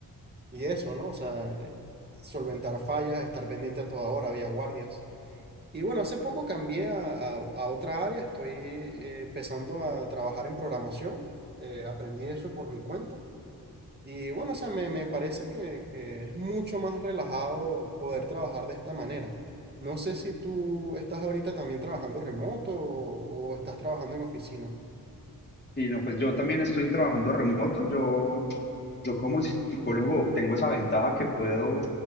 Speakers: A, on the right; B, on the left.
A: y, y eso, ¿no? O sea, eh, solventar fallas, estar pendiente a toda hora, había guardias. Y bueno, hace poco cambié a, a- a otra área, estoy eh, empezando a trabajar en programación, Eh, aprendí eso por mi cuenta. Y bueno, o sea, me, me parece que, que es mucho más relajado poder trabajar de esta manera. No sé si tú estás ahorita también trabajando remoto o, o estás trabajando en oficina.
B: Sí, no, pues yo también estoy trabajando remoto. Yo, yo como psicólogo tengo esa ventaja que puedo,